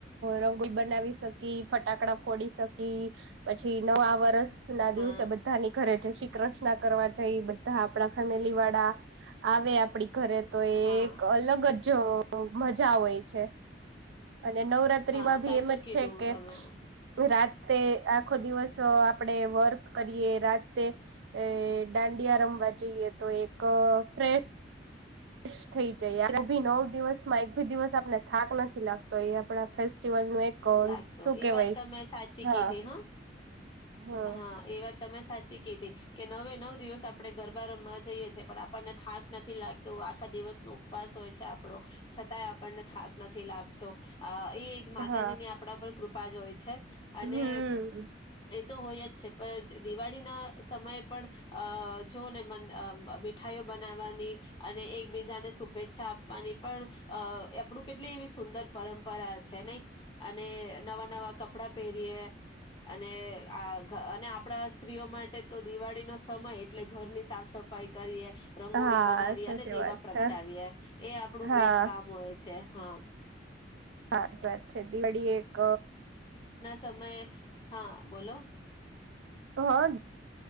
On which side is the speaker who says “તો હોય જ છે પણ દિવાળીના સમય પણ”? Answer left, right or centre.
Left